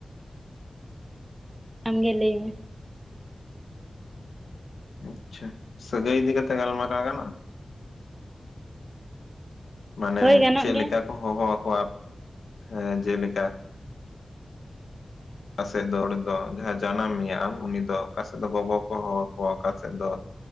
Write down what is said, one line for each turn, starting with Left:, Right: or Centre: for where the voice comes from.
Right: ᱟᱢᱜᱮ ᱞᱟᱹᱭ ᱢᱮ᱾
Left: ᱟᱪᱪᱷᱟ, ᱥᱟᱹᱜᱟᱹᱭ ᱤᱫᱤ ᱠᱟᱛᱮ ᱜᱟᱞᱢᱟᱨᱟᱣ ᱜᱟᱱᱚᱜᱼᱟ? ᱢᱟᱱᱮ
Right: ᱦᱳᱭ ᱜᱟᱱᱚᱜ
Left: ᱪᱮᱫ
Right: ᱜᱮᱭᱟ
Left: ᱞᱮᱠᱟ ᱠᱚ ᱦᱚᱦᱚᱣᱟᱠᱚᱣᱟ ᱦᱮᱸ ᱡᱮᱞᱮᱠᱟ ᱚᱠᱟᱥᱮᱫ ᱫᱚ ᱚᱸᱰᱮ ᱫᱚ ᱡᱟᱦᱟᱸᱭ ᱡᱟᱱᱟᱢ ᱢᱮᱭᱟ ᱟᱢ ᱩᱱᱤ ᱫᱚ ᱚᱠᱟᱥᱮᱫ ᱫᱚ ᱜᱚᱜᱚ ᱠᱚ ᱦᱚᱦᱚ ᱟᱠᱚᱣᱟ ᱚᱠᱟᱥᱮᱫ ᱫᱚ